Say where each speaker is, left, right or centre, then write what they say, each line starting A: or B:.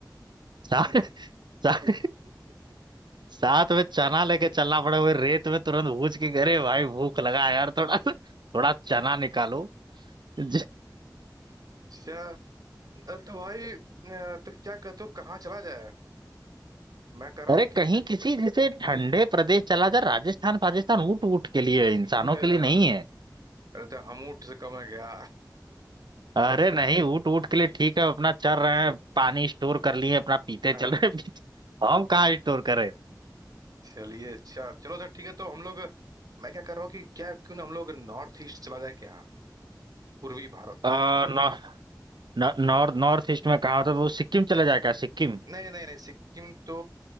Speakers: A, on the right (about 75°); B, on the right (about 55°).
A: साथ साथ, साथ में चना लेके चलना पड़ा वो रेत में तुरंत भूज के अरे भाई भूख लगा है यार थोड़ा थोड़ा चना निकालो ज-
B: अच्छा अ, तो भाई अ, तो क्या कहते हो कहाँ चला जाए मैं कह रहा
A: अरे
B: हूँ
A: कहीं
B: कि तो,
A: किसी जैसे ठंडे प्रदेश चला जा राजस्थान पाकिस्तान ऊंट ऊंट के लिए है, इंसानों
B: अ,
A: के लिए नहीं
B: अरे तो हम ऊँट से कम है क्या
A: अरे नहीं ऊट ऊट के लिए ठीक है अपना चल रहे हैं पानी स्टोर कर लिए अपना पीते
B: अ,
A: चल रहे हैं पीते हम कहाँ स्टोर करें
B: चलिए अच्छा चलो सर ठीक है तो हम लोग मैं क्या कर रहा हूँ कि क्या क्यों ना हम लोग नॉर्थ ईस्ट चला जाए क्या पूर्वी भारत
A: अ, नॉ- नॉ- नॉर्थ नॉर्थ ईस्ट में कहाँ तो वो सिक्किम चला जाए क्या सिक्किम
B: नहीं नहीं नहीं सिक्किम तो